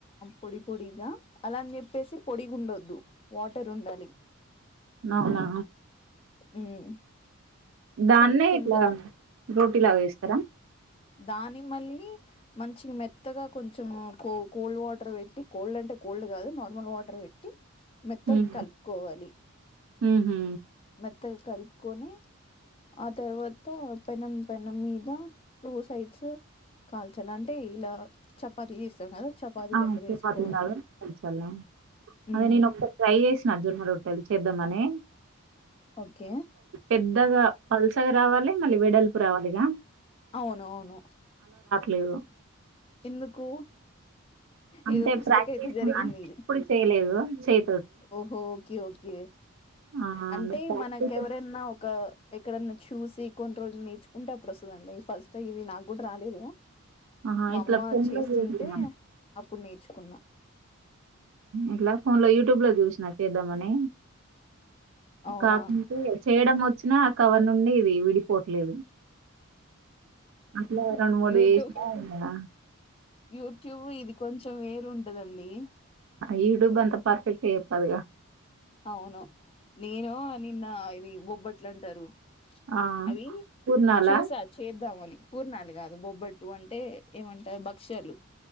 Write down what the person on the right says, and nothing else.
అవునా
దాన్నే
ఇట్లా రోటీ లాగా వేస్తారా
హ్మ్.
హుహు.
ఆ
పదినాళ పలే అదే
నేను ఒకారి ట్రై చేసిన అజుర్మ రొట్. పెలి చే చేద్దామని
పెద్దగా అల్సి రావాలి మళ్ళ వెడల్పు రావాలి ఇగా
లేదు
అంతే
ప్రాక్టీస్
అ ఎప్పుడు చేయలేదు స
ఆ!
ప్రాక్టీస్
ఆహా!
ఇట్లా
ఫోన్‌లో
చూసిన.
ఎలా ఫోన్ లో యూట్యూబ్ లొ చుసిన చేదామనే
కాకుపోతే చేయడం వ వచ్చినా ఆ కవర్ నుండి ఇది విడి పోట్లేదు అట్లా రెండు మూడు
వేసినా
యూట్యూబూ అంతా పర్ఫెక్ట్ గా చెప్పాదు గా
ఆ
పూర్ణాలా